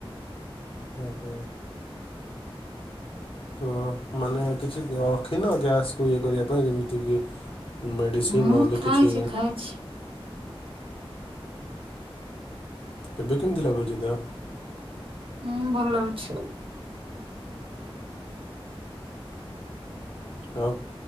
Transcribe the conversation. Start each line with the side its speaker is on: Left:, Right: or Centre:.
Left: ହଁ ହଁ। ତ ମାନେ କିଛି ରଖିନ ଗ୍ୟାସ୍ କୁ ଇଏ କରିବା ପାଇଁ ଯେମିତିକି ମେଡ଼ିସିନ୍
Right: ହୁଁ
Left: ନହେଲେ
Right: ଖାଇଛି
Left: କିଛି
Right: ଖାଇଛି
Left: ଏବେ କେମତି ଲାଗୁଚି ଦେହ?
Right: ଉଁ ଭଲ ଲାଗୁଛି।
Left: ହଉ